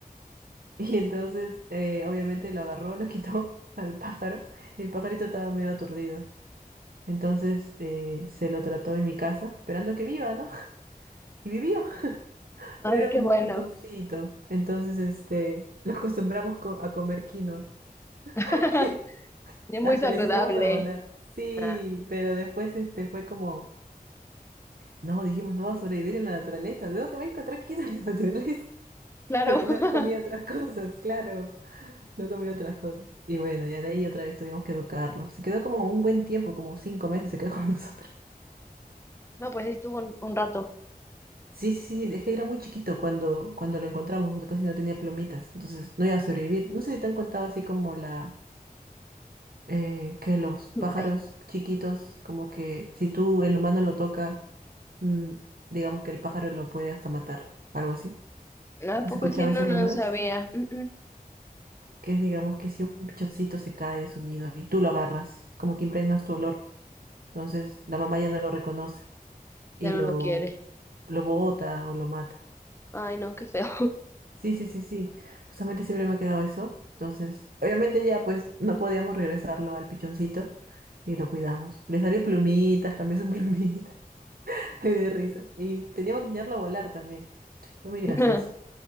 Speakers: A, on the right; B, on the left.
A: Y entonces, eh, obviamente, lo agarró, lo quitó <laughs> al pájaro. Y el pajarito estaba medio aturdido. Entonces eh, se lo trató en mi casa, esperando que viva, ¿no? Y vivió, <laughs>
B: Ay,
A: pero era
B: qué
A: como
B: bueno.
A: un pichoncito. Entonces, este, lo acostumbramos co- a comer quinoa.
B: <laughs>
A: <laughs>
B: Es muy
A: Hasta
B: saludable.
A: le enseñamos a volar. Sí,
B: Ah,
A: pero después, este, fue como, no, dijimos, no va a sobrevivir en la naturaleza. ¿De dónde va a encontrar quinoa en la naturaleza? <laughs>
B: claro.
A: Porque no
B: <laughs>
A: comía otras cosas, claro, no comía otras cosas. Y bueno, ya de ahí otra vez tuvimos que educarlo. Se quedó como un buen tiempo, como cinco meses se quedó con <laughs> nosotros.
B: No, pues sí estuvo un, un rato.
A: Sí, sí, sí, dejé era muy chiquito cuando, cuando lo encontramos, no- casi no tenía plumitas, entonces no iba a sobrevivir. No sé si te han contado así como la eh, que los pájaros
B: Ay,
A: chiquitos, como que si tú el humano lo toca, mm, digamos que el pájaro lo puede hasta matar, algo así.
B: no, ¿a poco
A: ¿Has escuchado
B: sí? No,
A: eso alguna
B: no sabía.
A: vez?
B: Mm, mm,
A: Que es digamos que si un pichoncito se cae de su nido y tú lo agarras, como que impregnas tu olor, entonces la mamá ya no lo reconoce y
B: ya no
A: lo,
B: lo quiere.
A: lo bota o lo mata.
B: Ay, no, qué feo.
A: Sí, sí, sí, sí. Justamente siempre me ha quedado eso. Entonces, obviamente ya pues no podíamos regresarlo al pichoncito y lo cuidamos. Le salió plumitas, cambió su plumita. <laughs> Ay, de risa. Y teníamos que enseñarlo a volar también. Fue muy gracioso.
B: <laughs>